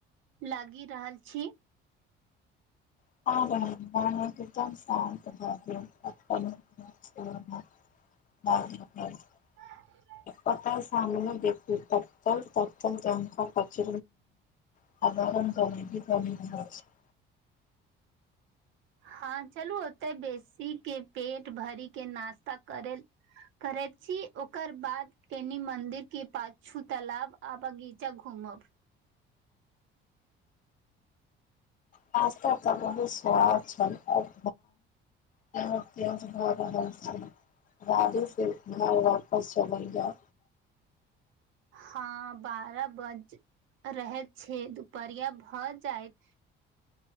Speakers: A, on the right; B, on the left.
A: लागि रहल छी।
B: <unintelligible> <unintelligible>
A: <unintelligible>
B: कत सामने देखू तल ततल जक कच। <unintelligible>
A: हँ चलू ओते बेसी के पेट भर के नास्ता करल। करैत छी ओकर बाद कनि मंन्दिर के पाछू तालब आ बगीचा घूमब।
B: पास्ता तऽ बहुत स्वाद छल आओर। त त बहुत आदाम स। बादे सेिर घर वापस छलैया।
A: हँ बारह बज रहे छै दुपहरिया भऽ जायत